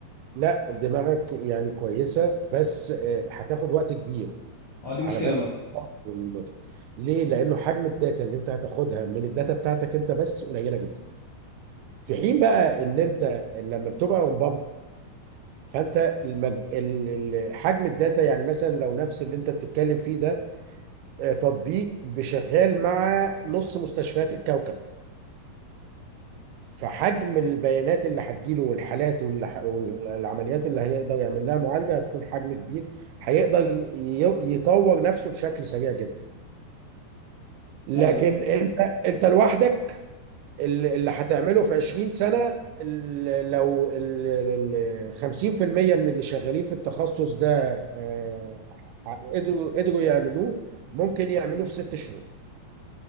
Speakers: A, on the right; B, on the left.
A: لا دماغك يعني كويسه بس آه، هتاخد وقت كبير
B: اه دي مشكله
A: على بال
B: برضه
A: ما تطور الموديل ليه لانه حجم الداتا اللي انت هتاخدها من الداتا بتاعتك انت بس قليله جدا في حين بقى ان انت لما بتبقى اون فانت المج... ال- ال- حجم الداتا يعني مثلا لو نفس اللي انت بتتكلم فيه ده آه، تطبيق بشغال مع نص مستشفيات الكوكب فحجم البيانات اللي هتجيله والحالات والح- والعمليات اللي هيقدر يعمل لها معالجة هتكون حجم كبير هيقدر ي- يطور نفسه بشكل سريع جدا لكن
B: ايوه
A: انت انت لوحدك اللي اللي هتعمله في 20 سنة ال- لو ال- ال- ال- 50% من اللي شغالين في التخصص ده آه، قدروا قدروا يعملوه ممكن يعملوه في ست شهور